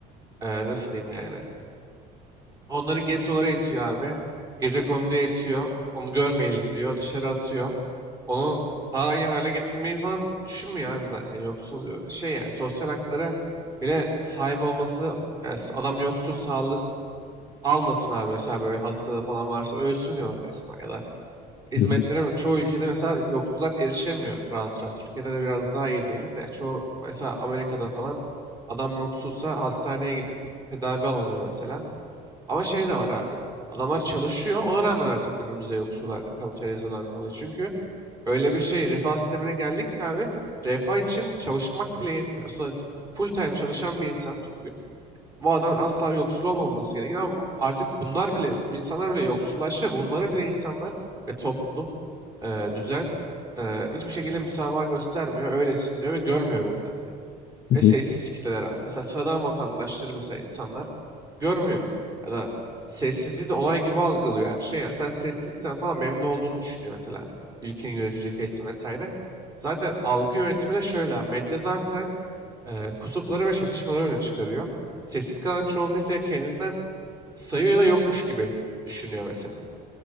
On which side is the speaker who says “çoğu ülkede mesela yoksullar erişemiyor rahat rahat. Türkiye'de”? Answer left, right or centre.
Right